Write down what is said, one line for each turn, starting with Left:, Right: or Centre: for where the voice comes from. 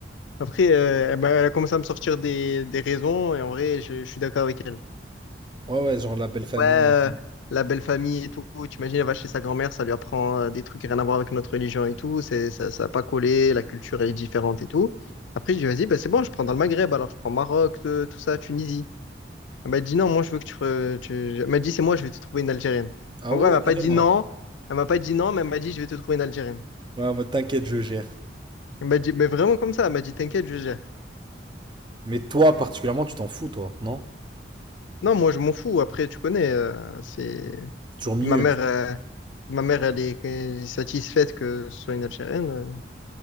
Left: Après, euh, elle m'a- elle a commencé à me sortir des, des raisons, et en vrai, je, je suis d'accord avec elle.
Right: Ouais, ouais, genre la belle famille.
Left: Ouais, euh, la belle famille et tout. T'imagines, elle va chez sa grand-mère, ça lui apprend euh, des trucs rien à voir avec notre religion et tout. C'est, ça, ça a pas collé, la culture est différente et tout. Après, je dis vas-y, bah, c'est bon, je prends dans le Maghreb, alors je prends Maroc, te- tout ça, Tunisie. Elle m'a dit, non, moi, je veux que tu. re- tu... Elle m'a dit, c'est moi, je vais te trouver une Algérienne.
Right: Ah
Left: En
Right: ouais,
Left: gros, elle m'a
Right: carrément.
Left: pas dit non. Elle m'a pas dit non, mais elle m'a dit, je vais te trouver une Algérienne.
Right: Ouais, bah t'inquiète, je gère.
Left: Elle m'a dit, mais vraiment comme ça. Elle m'a dit, t'inquiète, je gère.
Right: Mais toi, particulièrement, tu t'en fous, toi, non?
Left: Non, moi, je m'en fous. Après, tu connais, euh, c'est.
Right: C'est toujours mieux.
Left: Si Ma mère, euh, si ma mère, elle est elle est satisfaite que ce soit une Algérienne. euh,